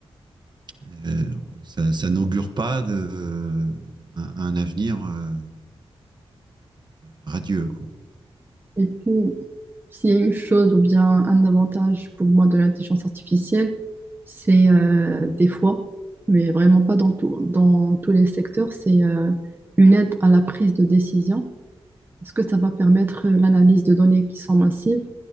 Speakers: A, on the right (about 45°); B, on the right (about 20°).
A: Euh, ça, ça n'augure pas de, euh, un, un avenir, euh, radieux, quoi.
B: Et puis, s'il y a une chose ou bien un avantage pour moi de l'intelligence artificielle, c'est euh, des fois, mais vraiment pas dans tout- dans tous les secteurs, c'est euh, une aide à la prise de décision. Parce que ça va permettre euh, l'analyse de données qui sont massives.